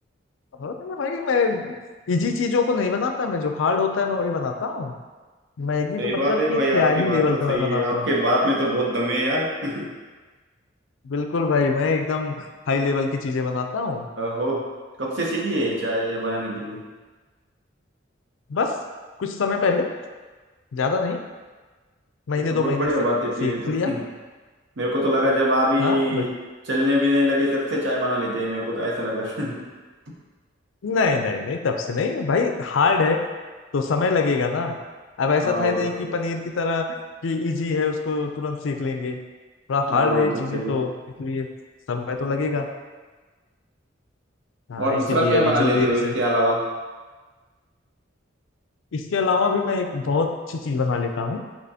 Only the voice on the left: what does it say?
अरे भाई मैं इजी चीजों को नहीं बनाता मैं जो हार्ड होता है मैं वही बनाता हूँ मैगी
तो मतलब
कि
क्या
ही
लेवल
का
मैं बनाता
हूँ
बिल्कुल भाई मैं एकदम हाई लेवल की चीजें बनाता हूँ
बस कुछ समय पहले ज्यादा नहीं महीने
दो
महीने
से
सीख
लिया
हाँ बट
नहीं नहीं नहीं तब से नहीं भाई हार्ड है तो समय लगेगा ना अब ऐसा
था
ही नहीं
कि पनीर की तरह कि इजी है उसको तुरंत सीख लेंगे थोड़ा हार्ड
है ये चीजें
तो इसलिए समय तो लगेगा हाँ
इसीलिए
अभी
जल्दी
रिसेंट
इसके अलावा भी मैं एक बहुत अच्छी चीज बना लेता हूँ